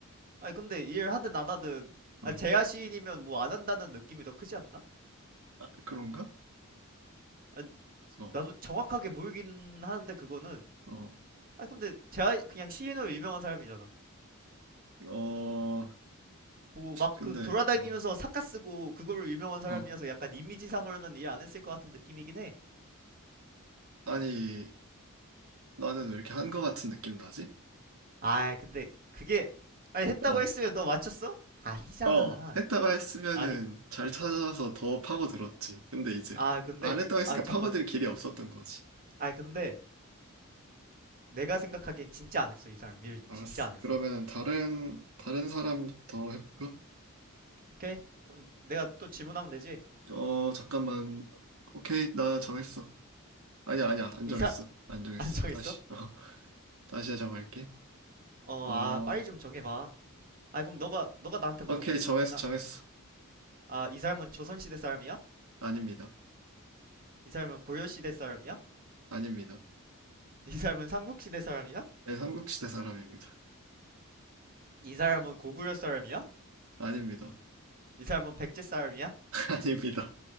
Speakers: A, on the right; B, on the right.
A: 아니 근데 일하든 안 하든 아
B: 어,
A: 재야 시인이면 뭐 안 한다는 느낌이 더 크지 않나?
B: 아, 그런가?
A: 아
B: 어,
A: 나도 정확하게 모르긴 하는데 그거는
B: 어,
A: 아 근데 재야 그냥 시인으로 유명한 사람이잖아
B: 어,
A: 뭐 막
B: 근데,
A: 그 돌아다니면서
B: 어,
A: 사카 쓰고 그걸로 유명한 사람이어서
B: 어,
A: 약간 이미지상으로는 이해 안 했을 것 같은 느낌이긴 해.
B: 아니, 나는 왜 이렇게 한 거 같은 느낌 나지?
A: 아, 근데 그게 아니 했다고
B: 어,
A: 했으면 너 맞췄어? 아니잖아.
B: 어, 했다가 했으면은
A: 아니?
B: 잘 찾아서 더 파고들었지. 근데 이제
A: 아, 근데
B: 안 했다가 했으니까
A: 아 잠만.
B: 파고들 길이 없었던 거지.
A: 아, 근데 내가 생각하기엔 진짜 안 했어, 이 사람. 밀
B: 알았어.
A: 진짜 안 했어.
B: 그러면은 다른,
A: 어,
B: 다른 사람 더 해볼까?
A: 오케이. 그럼 내가 또 질문하면 되지.
B: 어, 잠깐만. 오케이, 나 정했어. 아니야, 아니야, 안
A: 이
B: 정했어.
A: 사, 람
B: 안 정했어.
A: <laughs> 안 정했어?
B: 다시, 어, 다시 정할게.
A: 어,
B: 어,
A: 아, 빨리 좀 정해봐. 아, 그럼 너가 너가 나한테 물어보든지.
B: 오케이, 정했어,
A: 나,
B: 정했어.
A: 아, 이 사람은 조선시대 사람이야?
B: 아닙니다.
A: 이 사람은 고려시대 사람이야?
B: 아닙니다.
A: 이 사람은 삼국시대 사람이야?
B: 네, 삼국시대 사람입니다.
A: 이 사람은 고구려 사람이야?
B: 아닙니다.
A: 이 사람은 백제 사람이야?
B: <laughs> 아닙니다.